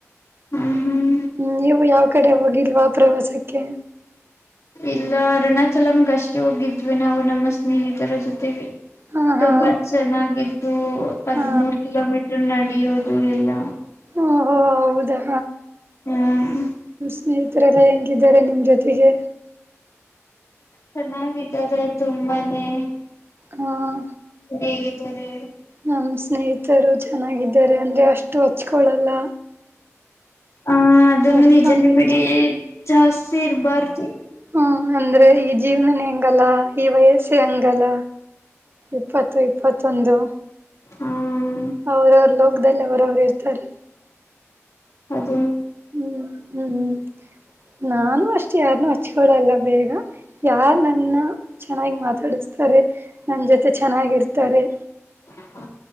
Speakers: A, on the left; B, on the right.
A: ಹ್ಮ್ ಹ್ಮ್
B: ಹ್ಮ್ ನೀವು ಯಾವ ಕಡೆ ಹೋಗಿಲ್ವಾ ಪ್ರವಾಸಕ್ಕೆ
A: ಇಲ್ಲ ಅರುಣಾಚಲಮಗೆ ಅಷ್ಟೇ ಹೋಗಿದ್ವಿ ನಾವು ನಮ್ಮ ಸ್ನೇಹಿತರ ಜೊತೆಗೆ
B: ಹಾ ಹಾ
A: ತುಂಬಾ ಚೆನ್ನಾಗಿತ್ತು ಹದಿಮೂರು
B: ಹಾ
A: ಕಿಲೋಮೀಟರ್ ನಡಿಯೋದು ಅದು ಎಲ್ಲಾ
B: ಓಹೋ ಹೌದಾ
A: ಹ್ಮ್
B: ಸ್ನೇಹಿತರೆಲ್ಲ ಹೆಂಗಿದ್ದಾರೆ ನಿಮ ಜೊತೆಗೆ
A: ಚೆನ್ನಾಗಿದ್ದಾರೆ ತುಂಬಾನೇಂ
B: ಹಾಂ
A: ಹೇಗಿದ್ದಾರೆ
B: ನಮ್ಮ ಸ್ನೇಹಿತರು ಚೆನ್ನಾಗಿದ್ದಾರೆ ಅಂದ್ರೆ ಅಷ್ಟು ಹಚ್ಕೊಳ್ಳಲ್ಲ
A: ಹ ಅದನ್ನು
B: ಅಷ್ಟೊಂದೇನು
A: ನಿಜನ ಬಿಡಿ ಜಾಸ್ತಿ ಇರಬಾರದು
B: ಹ್ಮ ಅಂದ್ರೆ ಈ ಜೀವನನೇ ಹೆಂಗಲ್ಲ ಈ ವಯಸ್ಸು ಹಂಗಲ್ಲ ಇಪ್ಪತ್ತು ಇಪ್ಪತ್ತೊಂದು
A: ಹ್ಮ
B: ಅವೌರಲ್ಲ ಮದಲ್ಲಿ ಅವ್ರ ಅವರು ಇರ್ತಾರೆ
A: ಹದು
B: ಹ್ಮ್ ಹ್ಮ್ ಹ್ಮ್ ನಾನು ಅಷ್ಟೇ ಯಾರನ್ನೂ ಹಚ್ಕೊಳ್ಳಲ್ಲ ಬೇಗ ಯಾರ್ ನನ್ನ ಚೆನ್ನಾಗಿ ಮಾತಾಡಸ್ತಾರೆ ನನ್ ಜೊತೆ ಚೆನ್ನಾಗಿರ್ತ ತರೆ
A: ಹ್ಮ